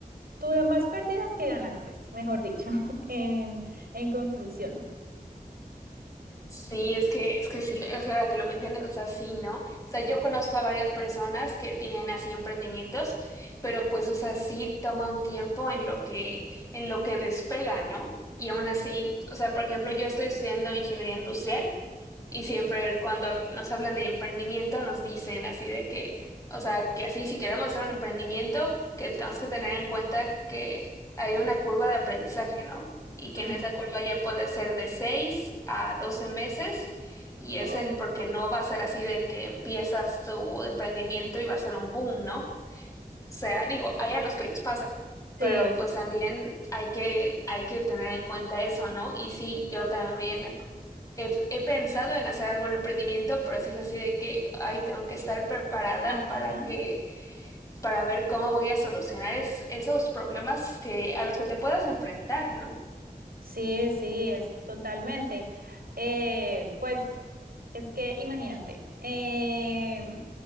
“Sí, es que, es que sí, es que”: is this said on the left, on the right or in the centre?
Left